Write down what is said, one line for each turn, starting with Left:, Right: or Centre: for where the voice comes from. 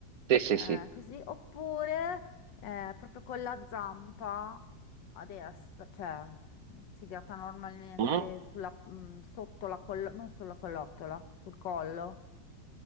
Right: sì, sì,
Left: eh,
Right: sì.
Left: così, oppure eh, proprio con la zampa a destra, cioè mm, si gratta normalmente
Right: Mm?
Left: sulla- mm, sotto la collo, non sulla collottola, sul collo.